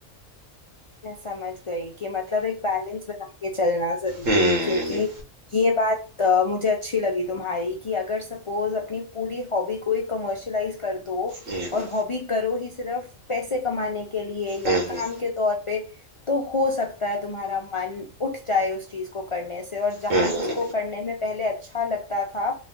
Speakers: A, on the left; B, on the right.
A: मैं समझ गई कि मतलब एक बैलेंस बना के चलना जरूरी
B: हम्म
A: है क्योंकि ये बात अ, मुझे अच्छी लगी तुम्हारी कि अगर सपोज अपनी पूरी हॉबी को ही कमर्शलाइज कर दो
B: हम्म,
A: और हॉबी करो ही सिर्फ पैसे कमाने के लिए या
B: हम्म,
A: काम के तौर पे तो हो सकता है तुम्हारा मन उठ जाए उस चीज को करने से और जहां
B: हम्म,
A: जिसको करने में पहले अच्छा लगता था